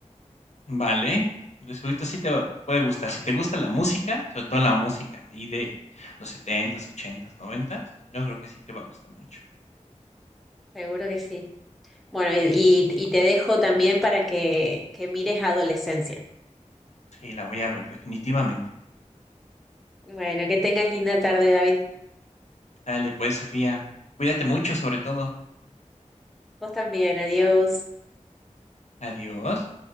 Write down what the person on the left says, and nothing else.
Vale. De seguro sí te puede gustar. Si te gusta la música, sobre todo la música y de los setentas, ochentas, noventas, yo creo que sí te va a gustar mucho.
Sí, la voy a ver definitivamente.
Dale, pues, Sofía. Cuídate mucho, sobre todo.
Adiós.